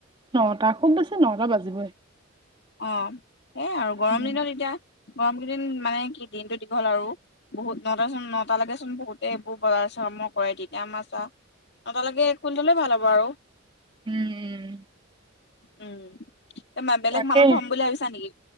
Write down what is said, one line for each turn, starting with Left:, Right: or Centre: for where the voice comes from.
Right: নটা খুব বেছি নটা বাজিবই।
Left: অ, সেইয়াই আৰু গৰম
Right: উম,
Left: দিনত এতিয়া গৰম দিন কেইটা মানে কি দিনতটো দীঘল আৰু বহুত নটা চোন নটা লেকে চোন বহুত। সেইবোৰ বজাৰ চৰ্ম কৰে তেতিয়া আমাৰ। নটা তালৈকে। খুলিথলে ভাল হ'ব আৰু।
Right: উম উম।
Left: উম। বেলেগ
Right: তাকে
Left: মানুহ। থম বুলি ভাবিছা নেকি?